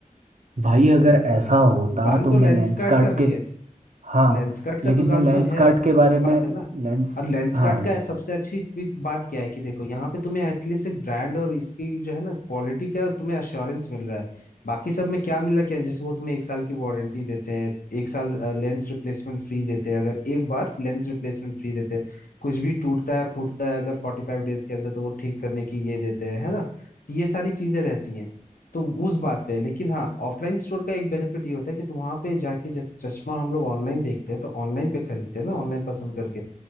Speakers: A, on the right; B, on the left.
A: भाई अगर ऐसा होता
B: दुकान
A: तो
B: तो
A: मैं
B: लेंसकार्ट
A: लेंस कार्ट
B: का भी
A: के
B: है
A: हाँ
B: लेंसकार्ट का
A: लेकिन
B: दुकान
A: मैं लेंस
B: तो है
A: कार्ट के बारे
B: ये
A: में
B: बात है ना
A: लेंस
B: और लेंसकार्ट
A: हाँ
B: का सबसे अच्छी भी बात क्या है कि देखो यहाँ पे तुम्हें एटलीस्ट एक ब्रांड और इसकी जो है ना क्वालिटी का तुम्हें अश्योरेंस मिल रहा है बाकी सब में क्या मिल रहा है क्या जैसे वो तुम्हें एक साल की वारंटी देते हैं एक साल लेंस रिप्लेसमेंट फ्री देते हैं अगर एक बार लेंस रिप्लेसमेंट फ्री देते हैं कुछ भी टूटता है फूटता है अगर फोर्टी फाइव डेज के अंदर तो वो ठीक करने की ये देते हैं है ना ये सारी चीजें रहती हैं तो उस बात पे है। लेकिन हाँ ऑफलाइन स्टोर का एक बेनिफिट ये होता है कि तुम वहां पे जाके जैसे चश्मा हम लोग ऑनलाइन देखते हैं तो ऑनलाइन पे खरीदते हैं ना ऑनलाइन पसंद करके